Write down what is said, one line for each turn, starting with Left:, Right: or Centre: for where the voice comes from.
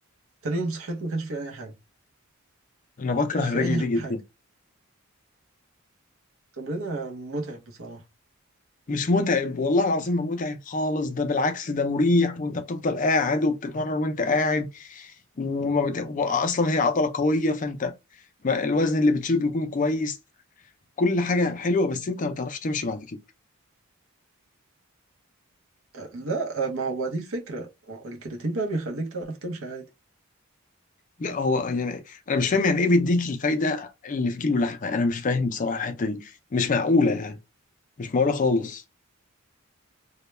Right: تاني يوم صحيت ما كانش في اي حاجه ما
Left: انا بكره
Right: كانش
Left: الرجل
Right: في اي
Left: دي جدا
Right: حاجه تمرينه متعب بصراحه
Left: مش متعب والله العظيم ما متعب خالص ده بالعكس ده مريح وانت بتفضل قاعد وبتتمرن وانت قاعد وما بت... اصلا هي عضلة قوية فانت ما- الوزن اللي بتشيله بيكون كويس كل حاجة حلوة بس انت ما بتعرفش تمشي بعد كده
Right: آه لا آه، ما هو دي الفكره ما هو الكرياتين بقى بيخليك تعرف تمشي عادي
Left: لا هو يعني انا مش فاهم يعني ايه بيديك الفايدة اللي في كيلو لحمة انا مش فاهم بصراحة الحتة دي مش معقولة يعني مش معقولة خالص